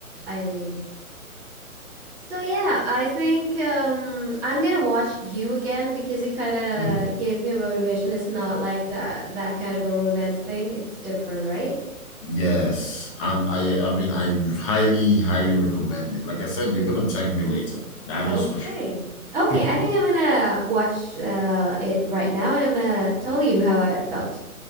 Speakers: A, in the centre; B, on the left (about 20°).
A: I mean, So yeah, I think um I'm gonna watch you again because it kind of
B: Hmm.
A: gave me a motivation. It's not like that that kind of a romance thing. It's different, right?
B: Yes, and I I mean I highly, highly recommend it. Like I said, you're gonna thank me later. That
A: Okay.
B: is for sure.
A: Okay, I
B: <laughs>
A: think I'm gonna watch uh it right
B: Yeah.
A: now and I'm gonna tell you how I felt.